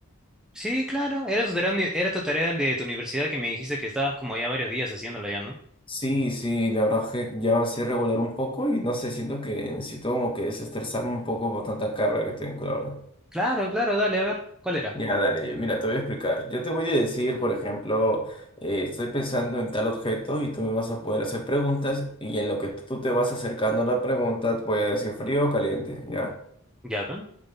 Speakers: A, in the centre; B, on the left (about 25°).
A: Sí, claro, era tu tarea, uni- era tu tarea de tu universidad que me dijiste que estabas como ya varios días haciéndola ya, ¿no?
B: Sí, sí, la verdad que ya así regular un poco y no sé, siento que necesito como que desestresarme un poco por tanta carga que tengo, la verdad.
A: Claro, claro, dale, a ver, ¿cuál era?
B: Ya, dale, mira, te voy a explicar. Yo te voy a decir, por ejemplo, eh, estoy pensando en tal objeto y tú me vas a poder hacer preguntas y en lo que tú te vas acercando a la pregunta voy a decir frío o caliente, ¿ya?
A: Ya, ¿ven?